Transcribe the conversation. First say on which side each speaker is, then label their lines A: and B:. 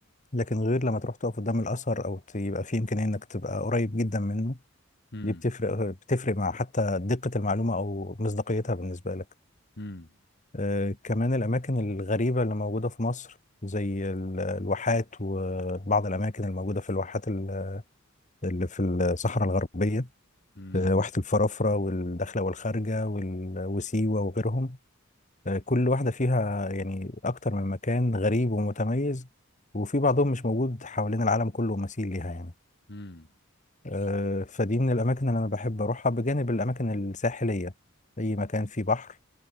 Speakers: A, on the left (about 35°); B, on the left (about 55°).
A: لكن غير لما تروح تقف قدام الاثر او ت- يبقى في امكانيه انك تبقى قريب جدا منه
B: امم
A: دي بتفرق بتفرق مع حتى دقه المعلومه او مصداقيتها بالنسبه لك
B: امم
A: آه، كمان الأماكن الغريبة اللي موجودة في مصر زي ال- الواحات وبعض الأماكن الموجودة في الواحات ال- اللي في الصحراء الغربية
B: امم
A: آه، واحة الفرافرة والداخلة والخارجة وال- وسيوة وغيرهم آه، كل واحدة فيها يعني أكتر من مكان غريب ومتميز وفي بعضهم مش موجود حوالين العالم كله مثيل ليها يعني
B: امم
A: آه، فدي من الأماكن اللي أنا بحب أروحها بجانب الأماكن الساحلية أي مكان فيه بحر